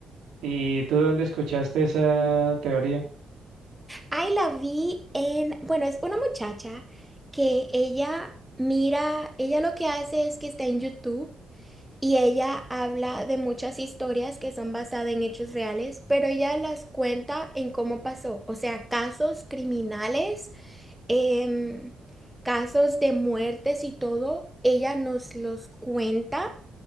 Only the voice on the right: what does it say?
¿Y tú dónde escuchaste esa teoría?